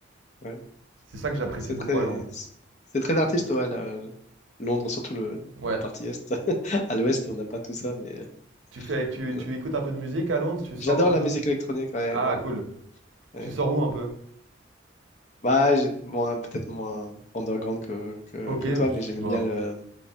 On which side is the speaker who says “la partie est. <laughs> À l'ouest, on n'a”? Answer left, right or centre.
Left